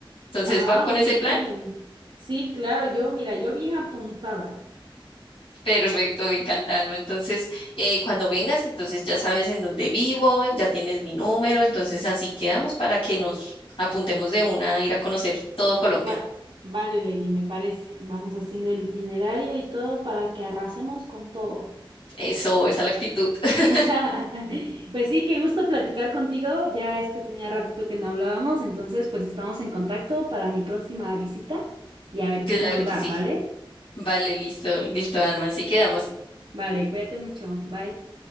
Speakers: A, on the left; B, on the right.
A: Entonces,
B: Ah,
A: ¿va con
B: muy
A: ese
B: bien.
A: plan?
B: Sí, claro, yo, mira, yo bien apuntada.
A: Perfecto, me encanta, Alma. Entonces, eh, cuando vengas, entonces ya sabes en dónde vivo, ya tienes mi número, entonces así quedamos para que nos apuntemos de una a ir a conocer todo Colombia.
B: Va, vale, Lady, me parece. Vamos haciendo el itinerario y todo para que arrasemos con todo.
A: Eso, esa es la actitud. <laughs>
B: <laughs> Pues sí, qué gusto platicar contigo. Ya este tenía ratito que no hablábamos, entonces pues estamos en contacto para mi próxima visita y a ver
A: Claro
B: qué se nos da,
A: que sí.
B: ¿vale?
A: Vale, listo, listo, Alma. Así quedamos.
B: Vale, cuídate mucho. Bye.